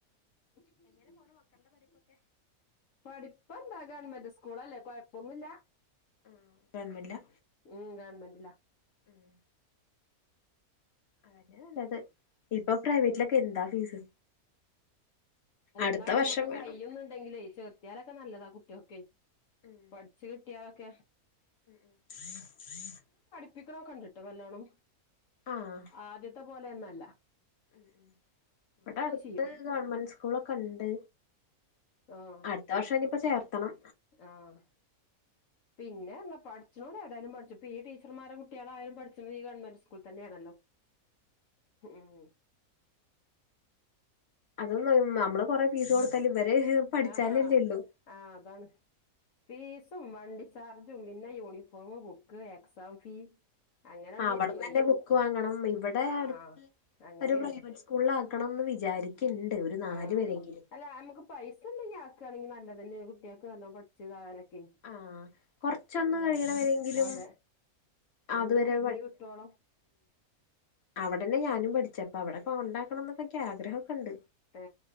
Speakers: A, on the left (about 65°); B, on the left (about 50°).
A: <inaudible> പഠിപ്പെന്താ ഗവൺമെന്റ് സ്കൂളല്ലേ കൊഴപ്പൊന്നുല്ല.
B: ഉം ഗവൺമെന്റിലാ?
A: മ് ഗവൺമെൻ്റിലാ
B: ഉം അതന്നെ നല്ലത് ഇപ്പ പ്രൈവറ്റിലൊക്കെ എന്താ ഫീസ്
A: അല്ല
B: അടുത്ത
A: ന്നാലും ഞമ്മക്ക്
B: വർഷം വേണം
A: കയ്യുന്ന്ണ്ടങ്കിലെയ് ചേർത്യാലൊക്കെ നല്ലതാ കുട്ട്യാക്ക്
B: ഉം
A: പഠിച്ച് കിട്ട്യാലൊക്കെ
B: <inaudible>
A: ശ്രദ്ധിക്ക്ണൊക്കെണ്ട്ട്ടൊ നല്ലോണം
B: ആഹ്
A: ആദ്യത്തെ പോലെന്നുല്ല
B: മ് മ് ഇവടെ അട്ത്ത്
A: ചെയ്യും
B: ഗവൺമെന്റ് സ് സ്കൂളൊക്കെണ്ട്.
A: ആഹ്
B: അട്ത്ത വർഷം നിപ്പോ ചേർത്തണം
A: ആഹ് പിന്നെർഞ്ഞാ പഠിച്ച്ണോല് എവെടേണേലും പഠിച്ചും പ്പീടീച്ചർമാരെ കുട്ട്യാളായാലും പഠിച്ച്ണത് ഈ ഗവൺമെന്റ് സ്കൂളിൽ തന്നേണല്ലൊ? ഉം..
B: അതും നമ്മള് കൊറേ ഫീസ് കൊടുത്താലും ഇവര് പഠിച്ചാലല്ലേ
A: ആഹാ
B: ള്ളൂ
A: ആഹ് അതാണ് ഫീസും വണ്ടി ചാർജും പിന്നെ യൂണിഫോമ്, ബുക്ക്, എക്സാം ഫീ അങ്ങനെയാണ്
B: അവട്ന്നന്നെ
A: വരുമ്പളേ
B: ബുക്ക് വാങ്ങണം ഇവടെ
A: ആഹ്
B: അട്ത്ത്
A: അങ്ങനെയാണ്
B: ഒര് പ്രൈവറ്റ് സ്കൂളിലാക്കണന്ന് വിചാരിക്ക്ണ്ട് ഒര് നാല്
A: ആഹ്
B: വരെങ്കിലും
A: അല്ല ഞമ്മക്ക് പൈസണ്ടെങ്കിൽ ആക്കാണെങ്കി നല്ലതെന്നെ കുട്ട്യാക്ക് നല്ലോം പഠി ച്ച്താലൊക്കെ
B: ആഹ് കൊറച്ചൊന്ന്
A: എന്തായാലും
B: കഴിയണ വരെങ്കിലും
A: അതെ ഒന്ന്
B: അതുവരെ
A: തിര്ഞ് കിട്ടോളം
B: അവടെന്നെ ഞാനും പഠിച്ചെ അപ്പൊ അവിടെക്കൊണ്ടാക്കണം എന്നൊക്കെ ആഗ്രഹൊക്കെണ്ട്
A: ഏ